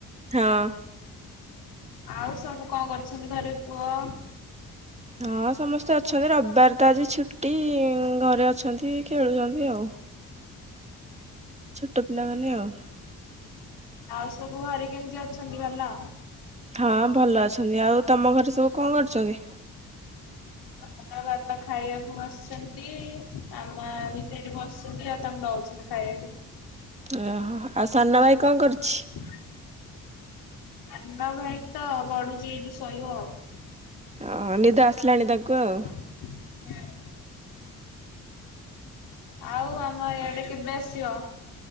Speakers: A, on the right (about 15°); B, on the left (about 75°).
A: ହଁ।
B: ଆଉ ସବୁ ଙ୍କଅଁ କରୁଛନ୍ତି ଘରେ ପୁଅ?
A: ହଁ ସମସ୍ତେ ଅଛରି ରବବାର ତ ଆଜି ଛୁଟି ଘରେ ଅଛନ୍ତି ଖେଳୁଚନ୍ତି ଆଉ। ଛୋଟ ପିଲାମାନେ ଆଉ।
B: ଆଉ ସୁବୁ ଘରେ କେମିତି ଅଛନ୍ତି ଭଲ?
A: ହଁ ଭଲ ଅଛନ୍ତି। ଆଉ ତମ ଘରେ ସବୁ କଣ କରୁଚନ୍ତି?
B: <unintelligible> ଖାଇୟାକୁ ବସ୍ଛନ୍ତି ମାମା ବି ସେଇଟି ବସ୍ଚନ୍ତି ଆଉ ତାଙ୍କୁ ଦଉଚିଲି। ଖାୟାଲୁ।
A: ଏଁ ହ ହ ଆଉ ସନ ଭାଇ କଣ କରୁଛି?
B: <inaudible> ଆନ୍ଦ ଭାଇ ତ ଗଡ଼ୁଚି ଏଇଠି ଶୋଇବ ଆଉ।
A: ଅହଁ ନିଦ ଆସିଲାଣି ତାକୁ ଆଉ।
B: <inaudible> ଆଉ ଆମ ଇଆଡ଼େ କେବେ ଆସିବ?